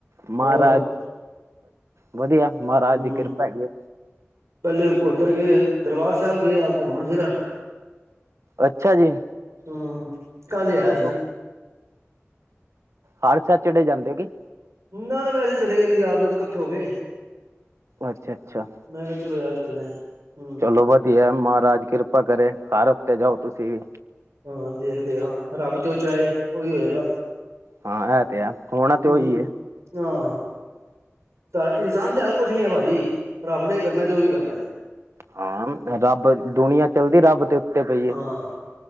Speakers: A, on the right; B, on the right.
A: ਮਹਾਰਾਜ
B: ਹੋਰ
A: ਵਧੀਆ ਮਹਾਰਾਜ
B: ਹਮ
A: ਦੀ
B: ਹਮ
A: ਕਿਰਪਾ ਹੈਗੀ ਐ।
B: ਪਹਿਲੇ ਉੱਧਰ ਗਏ ਦਰਬਾਰ ਸਹਿਬ ਗਏ ਆਂ, ਘੁੰਮਣ ਫਿਰਨ।
A: ਅੱਛਾ ਜੀ।
B: ਹੂੰ। ਕੱਲ ਹੀ ਆਇਆ
A: ਚਲੋ
B: ਸੀ।
A: ਹਰ ਸੈਟਰਡੇ, ਜਾਂਦੇ ਹੋ ਕੇ?
B: ਨਾ- ਨਾ ਵੈਸੇ ਚਲੇ ਗਏ ਸੀ, ਯਾਰ ਦੋਸਤ ਕੱਠੇ ਹੋ ਕੇ।
A: ਅੱਛਾ ਅੱਛਾ
B: ਮੈਂ ਕਿਆ ਚਲੋ ਯਾਰ ਚੱਲਦੇ ਆ। ਹਮ
A: ਚਲੋ ਵਧੀਐ, ਮਹਾਰਾਜ ਕਿਰਪਾ ਕਰੇ। ਹਰ ਹਫ਼ਤੇ ਜਾਓ ਤੁਸੀਂ ਵੀ।
B: ਹਾਂ, ਦੇਖਦੇ ਹਾਂ ਰੱਬ ਜੋ ਚਾਹੇ ਓਹੀਓ ਹੋਏਗਾ।
A: ਹਾਂ, ਐ ਤੇ ਹੈ। ਹੋਣਾ ਤੇ
B: ਹਮ
A: ਓਹੀ ਏ।
B: ਹਾਂ। ਇਨਸਾਨ ਦੇ ਹੱਥ ਕੁਛ ਨੀ ਹੈ ਭਾਈ, ਰੱਬ ਨੇ ਕਰਨਾ ਹੈ, ਜੋ ਵੀ ਕਰਨਾ।
A: ਹਾਂ, ਰੱਬ ਦੁਨੀਆਂ ਚੱਲਦੀ ਰੱਬ ਤੇ! ਉੱਤੇ ਪਈ
B: ਹਾਂ,
A: ਏ